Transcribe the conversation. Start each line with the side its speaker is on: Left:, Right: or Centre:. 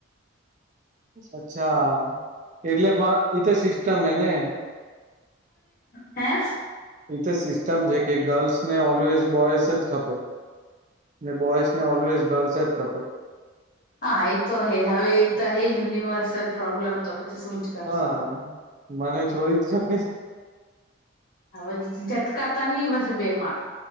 Right: અચ્છા. એટલે પણ ઈ તો સિસ્ટમ એને
Left: હે?
Right: એ તો સિસ્ટમ છે કે ગર્લ્સ ને ઓલવેઝ બોયઝ જ ખપે. ને બોયઝ ને ઓલવેઝ ગર્લ્સ જ ખપે.
Left: હા એ તો હે. હવે એ તો હે જ યુનિવર્સલ પ્રોબ્લેમ. તો પછી શું. જ કરશું
Right: હા. મને છોરી જ ખપે છ.
Left: હવે ઝટકાતા ની પસી બે માળ. <inaudible>